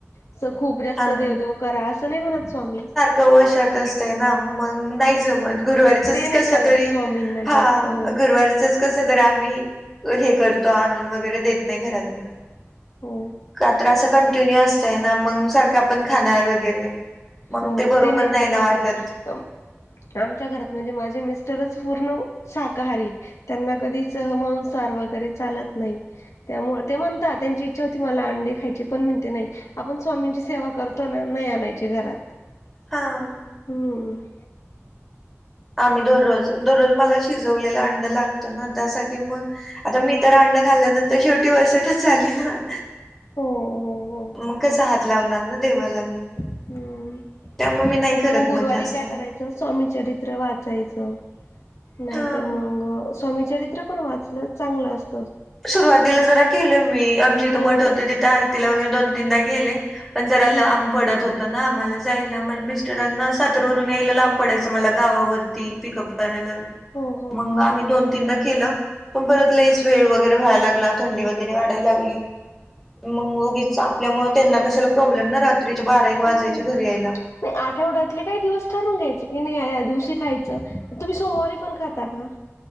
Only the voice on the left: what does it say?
असं खूप जास्त
देवदेव करा असं नाही, म्हणत स्वामी.
अ ते नाही
चालत
स्वामींना
जास्त हो
हं
हो
हो
चालत
नाही आमच्या घरात म्हणजे, माझे मिस्टरच पूर्ण शाकाहारी. त्यांना कधीच मांसाहार वगैरे चालत नाही. त्यामुळं ते म्हणतात त्यांची इच्छा होती, मला अंडे खायची पण म्हणते नाही. आपण स्वामींची सेवा करतो ना, नाही आणायचे घरात.
हम.
हो. हो हो
हम्म
नाही
मग गुरुवारी
काय करायच? स्वामी चरित्र वाचायचं, नाहीतर
मग स्वामीचरि चरित्र पण वाचलं चांगलं असत.
हो
हम्म
हो हो
हो
हो
हम्म.
नाही आठवड्यातले काही दिवस ठरून घ्यायचे की, नाही या दिवशी खायचं, तुम्ही सोमवारी पण खाता का.